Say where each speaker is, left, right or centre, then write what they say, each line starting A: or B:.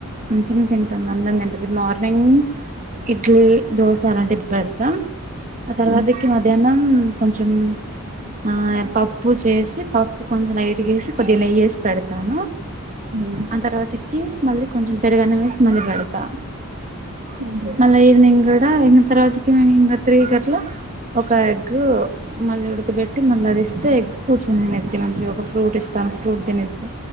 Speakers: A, on the right; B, on the right.
A: మంచిగా తింటుంది అన్నం తింటుది మార్నింగ్ ఇడ్లీ దోశ అలాంటే పెడతా ఆ తర్వాత
B: ఉమ్
A: ఎకి మధ్యాహ్నం కొంచెం ఆ పప్పు చేసి పప్పు కొంచెం లైట్గాేసి కొద్ది నెయేసి పెడతాను
B: ఉమ్
A: ఆ తర్వాతకి మళ్ళీ కొంచెం పెరుగనేవిే స్ మలి పెడతాను
B: ఉమ్.
A: మళ్ళ ఈవినింగ్ కూడా ఎ తర్వాతకి మే ఇంకా త్రీ గట్లా ఒక ఎగ్ మళ్ళీ ఉడకబెట్టి మళ్ళీ అది ఇస్తే ఎగ్ కూర్చొని తినెద్ది మంచిగా ఒక ఫ్రూట్ ఇస్తాను ఫ్రూట్ తినెద్ది